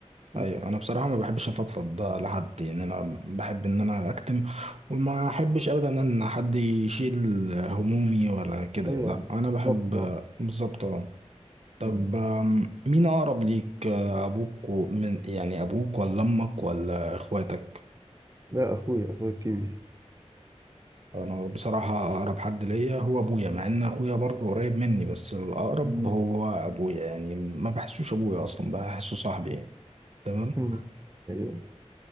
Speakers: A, on the right; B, on the right.
A: ايوه
B: مم.
A: انا بصراحه ما بحبش افضفض ده لحد يعني انا بحب ان انا اكتم وما احبش ابدا ان حد يشيل همومي ولا كده
B: ايوه
A: لا انا
B: بالظبط
A: بحب بالظبط اه طب
B: مم.
A: آم، مين اقرب ليك آه، ابوك و- من يعني ابوك ولا امك ولا اخواتك
B: لا اخويا اخويا الكبير
A: انا بصراحه اقرب حد ليا هو ابويا مع ان اخويا برضه قريب مني بس الاقرب
B: مم.
A: هو ابويا يعني ما بحسوش ابويا اصلا بحسه صاحبي يعني تمام
B: مم. ايوه